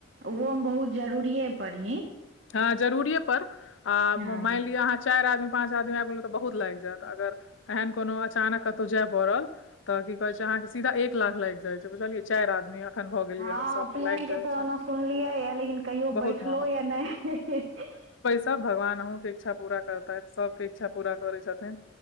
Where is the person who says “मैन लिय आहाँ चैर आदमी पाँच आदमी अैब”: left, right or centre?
Left